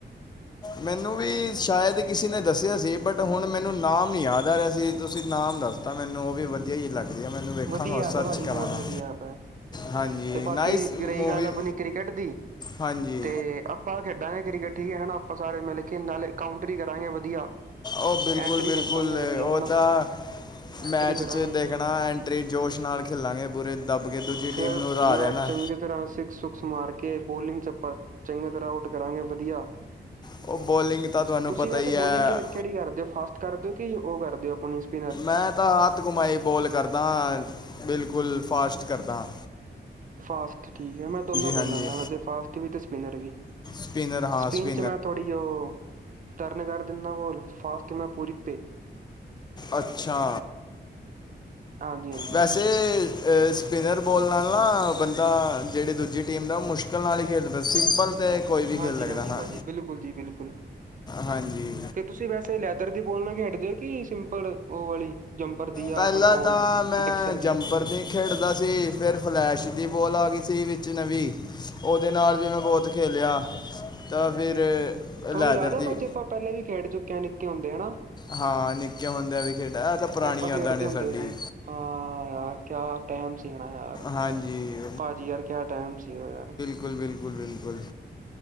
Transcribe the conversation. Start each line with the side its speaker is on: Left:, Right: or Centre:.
Left: ਮੈਨੂੰ ਵੀ ਸ਼ਾਇਦ ਕਿਸੇ ਨੇ ਦਸੇਆ ਸੀ। ਬਟ ਹੁਣ ਮੈਨੂੰ ਨਾਮ ਨੀ ਯਾਦ ਆ ਰਿਹਾ ਸੀ, ਤੁਸੀਂ ਨਾਮ ਦੱਸਤਾ ਮੈਨੂੰ ਉਹ ਵੀ ਵਧੀਆ ਹੀ ਲੱਗ। ਰਹੀ ਹੈ ਮੈਨੂੰ ਵੇਖਾਂਗਾ
Right: ਵਧੀਆ ਐਪ
Left: ਸਰਚ
Right: ਐ, ਪਾਜੀ
Left: ਕਰਾਂਗਾ
Right: ਬਹੁਤ ਵਧੀਆ ਐਪ ਐ।
Left: ਹਾਂਜੀ
Right: ਤੇ ਬਾਕੀ
Left: ਨਾਈਸ ਮੂਵੀ
Right: ਰਹੀ ਗੱਲ ਆਪਣੀ ਕ੍ਰਿਕਟ ਦੀ
Left: ਹਾਂਜੀ
Right: ਤੇ ਆਪਾਂ ਖੇਡਾਂਗੇ ਕ੍ਰਿਕਟ ਠੀਕ ਹੈਨਾ, ਆਪਾਂ ਸਾਰੇ ਮਿਲ ਕੇ ਨਾਲੇ ਕਾਊਂਟਰੀ ਕਰਾਂਗੇ ਵਧੀਆ।
Left: ਉਹ ਬਿਲਕੁਲ-ਬਿਲਕੁਲ
Right: ਐਂਟਰੀ ਰੱਖਾਂਗੇ ਵਧੀਆ
Left: ਉਹ
Right: ਹਨਾ
Left: ਤਾਂ
Right: ਐਂਟਰੀ
Left: ਮੈਚ
Right: ਕਰਾਂਗੇ
Left: ਚ ਦੇਖ ਦੇਖਨਾ ਐਂਟਰੀ ਜੋਸ਼ ਨਾਲ ਖੇਲਾਂਗੇ ਪੂਰੇ ਦੱਬ ਕੇ ਦੂਜੀ
Right: ਫਿਰ
Left: ਟੀਮ ਨੂੰ
Right: ਪੂਰਾ
Left: ਹਰਾ ਦੇਨਾ।
Right: ਚੰਗੀ ਤਰ੍ਹਾਂ ਸਿੱਕਸ ਸੁਕਸ ਮਾਰ ਕੇ ਬੋਲਿੰਗ ਚ ਆਪਾਂ ਚੰਗੀ ਤਰ੍ਹਾਂ ਆਊਟ ਕਰਾਂਗੇ ਵਧੀਆ।
Left: ਉਹ ਬੋਲਿੰਗ ਤਾਂ ਤੁਹਾਨੂੰ
Right: ਤੁਸੀਂ
Left: ਪਤਾ
Right: ਵੈਸੇ
Left: ਹੀ ਹੈ
Right: ਬੋਲਿੰਗ ਕਿਹੜੀ ਕਰਦੇ ਓ ਫਾਸਟ ਕਰਦੇ ਓ ਕਿ ਉਹ ਕਰਦੇ ਹੋ ਆਪਣੀ ਸਪਿਨ?
Left: ਮੈਂ ਤਾਂ ਹੱਥ ਕੁਮਾਈ ਬੋਲ ਕਰਦਾ ਆਂ ਬਿਲਕੁਲ ਫਾਸਟ ਕਰਦਾ ਹਾਂ।
Right: ਫਾਸਟ ਠੀਕ ਐ, ਮੈਂ ਦੋਨੋਂ ਕਰ
Left: ਹਾਂਜੀ
Right: ਲੈਂਨਾ ਵੈਸੇ ਫਾਸਟ ਵੀ ਅਤੇ ਸਪਿਨਰ ਵੀ।
Left: ਸਪਿਨਰ ਹਾਂ
Right: ਸਪਿਨ
Left: ਸਪਿ
Right: ਮੈਂ ਥੋੜ੍ਹੀ ਉਹ ਟਰਨ ਕਰ ਦਿੰਦਾ ਆ ਬੋਲ, ਫ਼ਾਸਟ ਮੈਂ ਪੂਰੀ
Left: ਅੱਛਾ
Right: ਹਾਂਜੀ-ਹਾਂਜੀ।
Left: ਵੈਸੇ ਸਪਿਨਰ ਬੋਲ ਨਾਲ ਨਾ ਬੰਦਾ ਜਿਹੜੀ ਦੂਜੀ ਟੀਮ ਦਾ ਉਹ ਮੁਸ਼ਕਿਲ ਨਾਲ ਹੀ ਖੇਡਦਾ ਸਿੰਪਲ ਤੇ ਕੋਈ ਵੀ
Right: ਹਾਂਜੀ
Left: ਖੇਲ ਲੱਗਦਾ
Right: ਹਾਂਜੀ
Left: ਹਾਂ,
Right: ਭਾਅ ਜੀ ਬਿਲਕੁਲ ਜੀ ਬਿਲਕੁਲ
Left: ਹਾਂਜੀ।
Right: ਤੇ ਤੁਸੀਂ ਵੈਸੇ ਲੈਦਰ ਦੀ ਬੋਲ ਨਾਲ ਖੇਡਦੇ ਓ ਕਿ ਸਿੰ ਪਰ ਉਹ ਵਾਲੀ ਜੰਪਰ ਦੀ ਆ,
Left: ਪਹਿਲਾਂ
Right: ਆਪਣਾ ਉਹ
Left: ਤਾਂ ਮੈਂ
Right: ਡਿਕਸਨ ਦੀ
Left: ਜੰਪਰ ਨਹੀਂ ਖੇਡਦਾ ਸੀ ਫਿਰ ਫਲੈਸ਼ ਦੀ ਬੋਲ ਆ ਗਈ ਸੀ ਵਿੱਚ ਨਵੀਂ ਉਹਦੇ ਨਾਲ ਵੀ ਮੈਂ ਬਹੁਤ ਖੇਲਿਆ ਤਾਂ ਫਿਰ
Right: ਤੁਹਾਨੂੰ
Left: ਲੈਦਰ
Right: ਯਾਦ ਐ
Left: ਦੀ
Right: ਪਾਜੀ ਆਪਾਂ ਪਹਿਲਾ ਵੀ ਖੇਡ ਚੁੱਕੇ ਹਾਂ ਨਿੱਕੇ ਹੁੰਦੇ ਹੈਨਾ।
Left: ਹਾਂ ਨਿੱਕੇ ਹੁੰਦਿਆਂ ਵੀ ਖੇਡਿਆ ਏਹ ਤਾਂ ਪੁਰਾਣੀ
Right: ਆਪਾਂ
Left: ਯਾਦਾਂ
Right: ਖੇਡਦੇ
Left: ਨੇ
Right: ਹੁੰਦੇ
Left: ਸਾਡੀ
Right: ਸੀ ਹਾਂ ਯਾਰ। ਕਿਆ ਟਾਈਮ ਸੀਨਾ ਯਾਰ
Left: ਹਾਂਜੀ
Right: ਪਾਜੀ ਯਾਰ ਕਿਆ ਟਾਈਮ ਸੀ ਉਹ ਯਾਰ।
Left: ਬਿਲਕੁਲ-ਬਿਲਕੁਲ-ਬਿਲਕੁਲ।